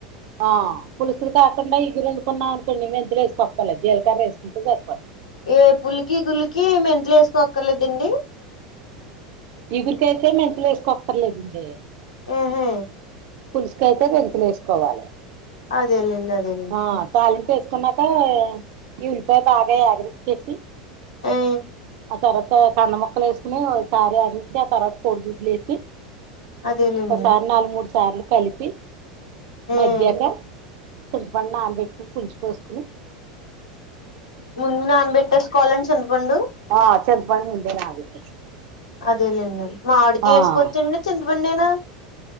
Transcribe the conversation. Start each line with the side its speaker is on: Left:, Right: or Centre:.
Right: ఆ పులుసులు కాకుండా ఇగురు వండుకున్నాం అనుకోండి మెంతులు ఏసుకోక్కర్లేదు జీలకర్ర ఏసుకుంటే సరిపోద్ది
Left: ఏ పులికి కులికి మెంతులు ఏసుకోక్కర్లేదండి
Right: ఇగురుకైతే మెంతులు ఏసుకోక్కర్లేదండి
Left: మ్మ్ హు
Right: పులుసుకైతే మెంతులు ఏసుకోవాలె
Left: అదేలెండి అదేలెండి
Right: ఆ తాలింపు ఏసుకున్నాక ఈ ఉల్లిపాయ బాగా ఏగనిచ్చేసి
Left: మ్మ్
Right: ఆ తర్వాత కంద ముక్కలు ఏసుకుని ఓసారి ఆగించి ఆ తర్వాత కోడి గుడ్లు ఏసి
Left: అదేలేండి
Right: ఓసారి నాలుగు మూడు సార్లు కలిపి
Left: ఉమ్
Right: మగ్గ్యాక చింతపండు నానబెట్టుకుని పులుసు పోసుకుని
Left: ముందు నానబెట్టేసుకోవాలండి చింతపండు
Right: ఆ చింతపండు ముందే నానబెట్టేసా
Left: అదేలేండి మావిడికాయ
Right: ఆ
Left: ఏసుకోచ్చండి చింతపండేనా